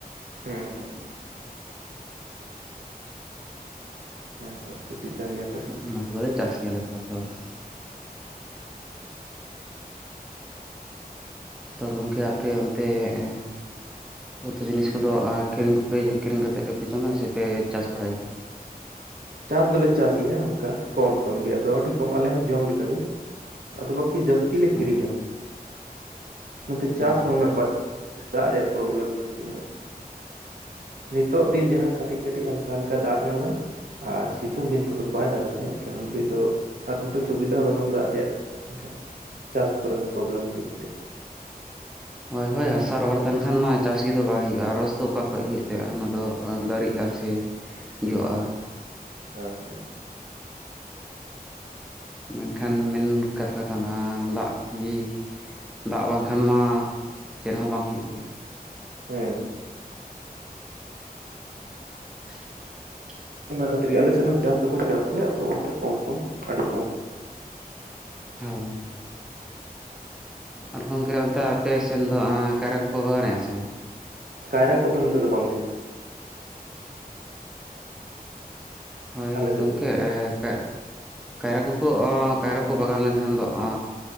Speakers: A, on the right; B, in the centre.
A: ᱦᱮᱸ-ᱦᱮᱸ᱾ ᱦᱮᱸᱛᱚ, ᱥᱩᱵᱤᱫᱟ ᱜᱮᱭᱟᱯ
B: <inaudible> ᱛᱚ ᱜᱚᱝᱠᱮ, ᱟᱯᱮ ᱚᱱᱛᱮ ᱮᱸ ᱩᱛᱩ ᱡᱤᱱᱤᱥ ᱠᱚᱫᱚ ᱟᱸ ᱠᱤᱨᱤᱧ ᱠᱚᱯᱮ ᱭᱮ ᱠᱤᱨᱤᱧ ᱠᱟᱛᱮᱜ ᱜᱮᱯᱮ ᱡᱚᱢᱟ ᱥᱮ ᱯᱮ ᱪᱟᱥ ᱵᱟᱲᱟᱭ ᱜᱮᱭᱟ?
A: ᱪᱟᱥ ᱫᱚᱞᱮ ᱪᱟᱥ ᱜᱮᱭᱟ ᱚᱱᱠᱟ ᱠᱚᱢ ᱥᱚᱢ ᱜᱮ ᱟᱫᱚ ᱟᱹᱰᱤ ᱠᱚᱢ ᱟᱞᱮ ᱦᱚᱸ ᱡᱚᱢ ᱞᱮᱠᱟᱜᱮ ᱾ ᱟᱫᱚ ᱵᱟᱠᱤ ᱡᱟᱹᱥᱛᱤ ᱞᱮ
B: ᱦᱳᱭ
A: ᱠᱤᱨᱤᱧᱟ ᱱᱚᱛᱮ ᱪᱟᱥ
B: ᱦᱳᱭ
A: ᱦᱚᱸ
B: ᱦᱳᱭ
A: ᱩᱱᱟᱹᱜ ᱵᱟᱭ ᱫᱟᱜ ᱨᱮᱭᱟᱜ ᱯᱨᱚᱵᱽᱞᱮᱢ ᱡᱟᱹᱥᱛᱤ ᱢᱮᱱᱟᱜᱼᱟ ᱾ ᱱᱤᱛᱚᱜ ᱫᱤᱱ ᱡᱟᱦᱟᱸ ᱠᱟᱹᱴᱤᱡ ᱠᱟᱹᱴᱤᱡ ᱦᱟᱞᱠᱟ ᱦᱟᱞᱠᱟ ᱫᱟᱜ ᱧᱚᱜᱟ ᱾ ᱟᱨ ᱥᱤᱛᱩᱝ ᱫᱤᱱ ᱠᱚᱫᱚ ᱵᱟᱭ ᱫᱟᱜᱟ ᱥᱮ ᱮᱱᱠᱷᱟᱱ ᱩᱱ ᱡᱩᱦᱩᱜ ᱫᱚ ᱟᱨ ᱱᱚᱛᱮ ᱥᱩᱵᱤᱫᱷᱟ ᱵᱟᱹᱱᱩᱜᱼᱟ ᱫᱟᱜ ᱨᱮᱭᱟᱜ ᱮᱱᱠᱷᱟᱱ ᱪᱟᱥ ᱠᱚᱨᱮ ᱦᱚᱸ ᱯᱨᱚᱵᱽᱞᱮᱢ ᱦᱩᱭᱩᱜ ᱠᱟᱹᱴᱤᱡ ᱾
B: ᱦᱳᱭ ᱦᱳᱭ ᱦᱟᱥᱟ ᱨᱚᱦᱚᱲ ᱛᱟᱦᱮᱱ ᱠᱷᱟᱱ ᱢᱟ ᱪᱟᱥ ᱜᱮᱫᱚ ᱵᱟᱭ ᱦᱩᱭᱩᱜᱼᱟ ᱨᱚᱥ ᱫᱚ ᱚᱠᱟ ᱠᱷᱚᱡ ᱦᱩᱭᱩᱜ ᱛᱟᱭᱟ ᱚᱱᱟ ᱫᱚ ᱫᱟᱨᱮᱜᱼᱟ ᱥᱮ ᱡᱚᱜᱼᱟ ᱾
A: ᱦᱳᱭ ᱦᱳᱭ ᱾
B: ᱢᱮᱱᱠᱷᱟᱱ
A: ᱦᱳᱭ
B: ᱢᱮᱱ ᱠᱟᱛᱷᱟ ᱟᱸᱻ ᱫᱟᱜ ᱜᱤ ᱫᱟᱜ ᱵᱟᱝᱠᱷᱟᱱ ᱢᱟ ᱪᱮᱫ ᱦᱚᱸ ᱵᱟᱝ ᱦᱩᱭᱩᱜ ᱜᱮᱭᱟ ᱾
A: ᱦᱩᱸᱻ
B: <inaudible>
A: ᱚᱱᱟ ᱠᱷᱟᱹᱛᱤᱨ ᱜᱮ ᱟᱞᱮ ᱥᱮᱡ ᱦᱚᱸ ᱪᱟᱥ ᱫᱚᱠᱚ ᱪᱟᱥ ᱜᱮᱭᱟ ᱟᱫᱚ ᱚᱱᱠᱟ ᱠᱚᱢ ᱥᱚᱢ ᱟᱹᱰᱤ ᱠᱚᱢ ᱾
B: ᱦᱚᱸᱻ ᱟᱨ ᱜᱚᱢᱠᱮ ᱚᱱᱛᱮ ᱟᱯᱮ ᱥᱮᱱ ᱫᱚ ᱮᱸᱻ ᱠᱟᱭᱨᱟ ᱠᱚᱠᱚ ᱵᱟᱜᱟᱱᱮᱜᱼᱟ ᱥᱮ ᱵᱟᱝ?
A: ᱠᱟᱭᱨᱟ ᱠᱚᱫᱚ ᱱᱚᱛᱮ ᱫᱚ ᱵᱟᱝᱜᱮ ᱾
B: ᱦᱳᱭ
A: ᱟᱞᱮ ᱥᱮᱫ
B: ᱜᱚᱢᱠᱮ ᱮᱻ ᱠᱟ ᱠᱟᱭᱨᱟ ᱠᱚᱠᱚ ᱚᱻ ᱠᱟᱭᱨᱟ ᱠᱚ ᱵᱟᱜᱟᱱ ᱞᱮᱱᱠᱷᱟᱱ ᱫᱚ ᱟᱻ